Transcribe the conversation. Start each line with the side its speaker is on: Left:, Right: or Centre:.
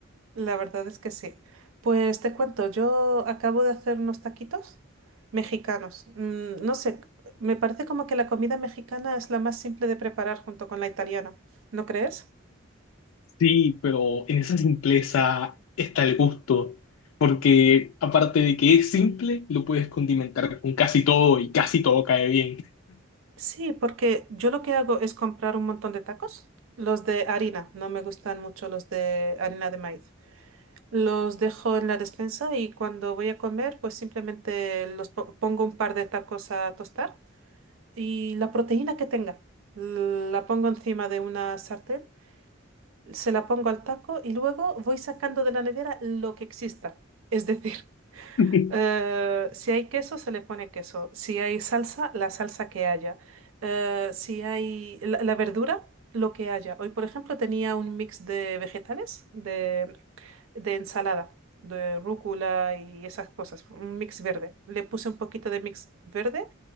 Right: La verdad es que sí. Pues te cuento, yo acabo de hacer unos taquitos mexicanos. Mm, no sé, me parece como que la comida mexicana es la más simple de preparar junto con la italiana. ¿No crees?
Left: Sí, pero en esa simpleza está el gusto, porque aparte de que es simple, lo puedes condimentar con casi todo y casi todo cae bien.
Right: Sí, porque yo lo que hago es comprar un montón de tacos. Los de harina, no me gustan mucho los de harina de maíz. Los dejo en la despensa y cuando voy a comer, pues simplemente los po- pongo un par de tacos a tostar y la proteína que tenga, la pongo encima de una sartén, se la pongo al taco y luego voy sacando de la nevera lo que exista. Es decir,
Left: <laughs>
Right: eh, si hay queso, se le pone queso. Si hay salsa, la salsa que haya. Eh, si hay la, la verdura, lo que haya. Hoy, por ejemplo, tenía un mix de vegetales, de, de ensalada, de rúcula y esas cosas, un mix verde. Le puse un poquito de mix verde,